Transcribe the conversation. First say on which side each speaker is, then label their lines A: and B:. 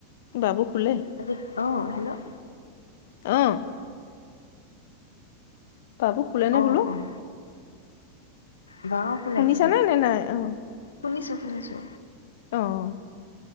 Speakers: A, on the left; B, on the left.
A: বাবু শুলে?
B: তাৰপিছত অ হেল্ল'
A: অ বাবু শুলেনে
B: অ',
A: বোলো?
B: অ'। বাৰু খুলে
A: শুনিছানে
B: খুলে
A: নে নাই অ?
B: শুনিছো শুনিছো,
A: অহ',